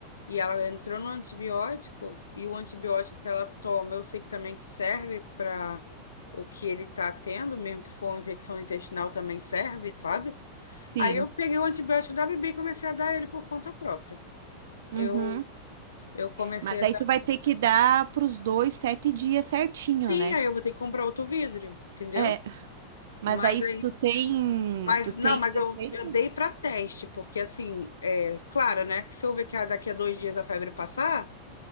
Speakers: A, on the left; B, on the right.
A: E ela entrou no antibiótico. E o antibiótico que ela toma, eu sei que também que serve para o que ele tá tendo, mesmo que for uma infecção intestinal, também serve, sabe?
B: Sim.
A: Aí eu peguei o antibiótico da bebê e comecei a dar ele por conta própria.
B: Uhum.
A: Eu, eu comecei
B: Mas
A: a
B: aí
A: dar.
B: tu vai ter que dar para os dois sete dias certinho,
A: Sim,
B: né?
A: aí eu vou ter que comprar outro vidro, entendeu?
B: É. Mas
A: Mas
B: aí se
A: aí
B: tu tem,
A: Mas
B: tu tem
A: não, mas
B: receita?
A: eu, eu dei para teste, porque assim, é claro, né? Que se eu ver que a- daqui a dois dias a febre passar,